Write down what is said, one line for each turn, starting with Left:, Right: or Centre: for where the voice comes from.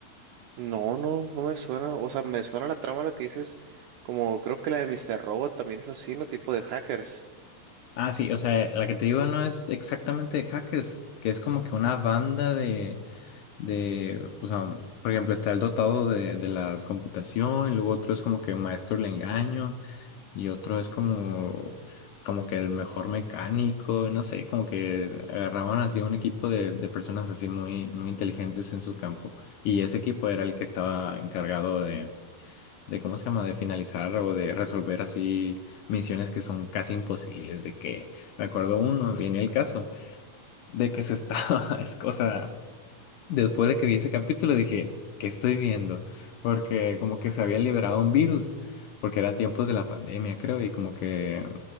Right: No, no, no me suena. O sea, me suena la trama la que dices, como creo que la de Mr. Robot también es así, ¿no? Tipo de hackers.
Left: Ah, sí, o sea, la que te digo no es exactamente de hackers, que es como que una banda de, de, o sea, por ejemplo, está el dotado de, de la computación, y luego otro es como que maestro del engaño, y otro es como, como que el mejor mecánico, no sé, como que agarraban así un equipo de, de personas así muy, muy inteligentes en su campo. Y ese equipo era el que estaba encargado de, de, ¿cómo se llama?, de finalizar o de resolver así misiones que son casi imposibles, de que, me acuerdo uno, viene el caso, de que se estaba, <laughs> es cosa Después de que vi ese capítulo dije, ¿qué estoy viendo? Porque como que se había liberado un virus, porque eran tiempos de la pandemia, creo, y como que,